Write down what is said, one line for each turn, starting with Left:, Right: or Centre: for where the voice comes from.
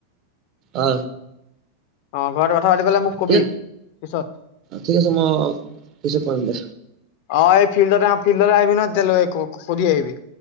Right: অ
Left: অ ঘৰত গুৱাহাটী গলে মোক কবি
Right: ঠিক
Left: পিছত,
Right: ঠিক আছে মই পিছত কৰিম দে
Left: অ এহ ফিল্ডত আহ, ফি <unintelligible> আহিবি ন তেতিয়া লৈ ক ক সুধি আহিবি।